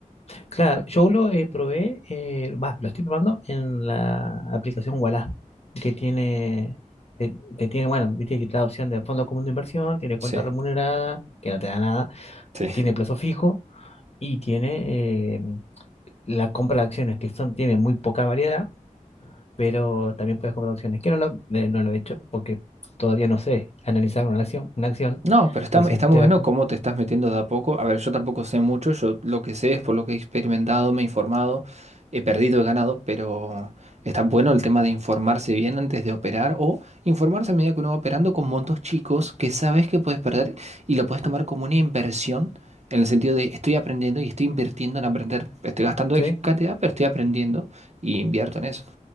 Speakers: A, on the left; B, on the right.
A: Claro, yo lo eh, probé, eh, va, lo estoy probando en la aplicación Ualá, que tiene, que, que tiene, bueno, viste que te da opción de fondo común de inversión, tiene cuenta
B: sí,
A: remunerada, que no te da nada,
B: sí.
A: tiene plazo fijo y tiene eh, la compra de acciones, que son, tiene muy poca variedad, pero también puedes comprar acciones, que no lo, eh, no lo he hecho porque todavía no sé analizar una acción, una acción,
B: No, pero está,
A: recién
B: está
A: te-
B: muy bueno cómo te estás metiendo de a poco. A ver, yo tampoco sé mucho, yo lo que sé es por lo que he experimentado, me he informado, he perdido, he ganado, pero está bueno el tema de informarse bien antes de operar o informarse a medida que uno va operando con montos chicos que sabes que puedes perder y lo puedes tomar como una inversión en el sentido de estoy aprendiendo y estoy invirtiendo en aprender. Estoy gastando
A: Sí,
B: X cantidad, pero estoy aprendiendo y invierto en eso.